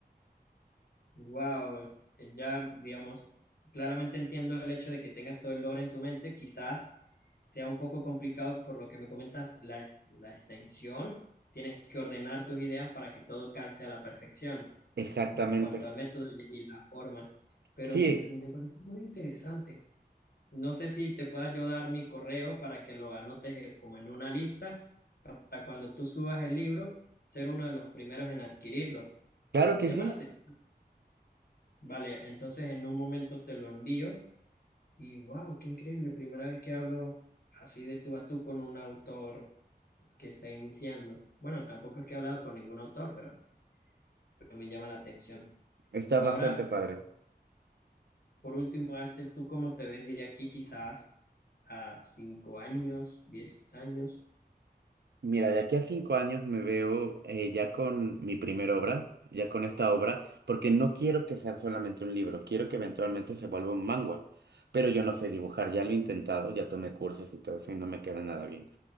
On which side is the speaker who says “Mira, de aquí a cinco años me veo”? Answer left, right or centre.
Right